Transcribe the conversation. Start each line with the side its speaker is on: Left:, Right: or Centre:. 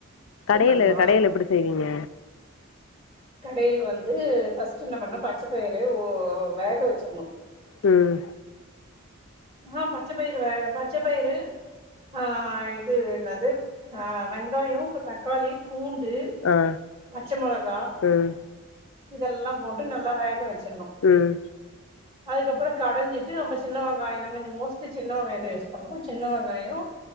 Left: கடையலு
Right: பண்லா
Left: கடையலு எப்டி செய்வீங்க
Right: கடையில் வந்து ஃபர்ஸ்ட்என்ன பண்ணு பச்ச பயிறு உ வேக வச்சின்னு
Left: உம்
Right: அஹா பச்ச பயிறு வேக பச்சபயிறு ஆ இது என்னது ஆ வெங்காயோ தக்காளி பூண்டு
Left: ஆ
Right: பச்ச மொளகா
Left: ம்
Right: இதெல்லா போட்டு நல்லா வேக வச்சின்னு
Left: உம்
Right: அதுக்கப்பறோ கடஞ்சிட்டு ரொம்ப சின்ன வெங் காயோ நாங்க மோஸ்ட்லி சின்ன வெங்காயோ தா யூஸ் பண்ணுவோ சின்ன வெங்காயோ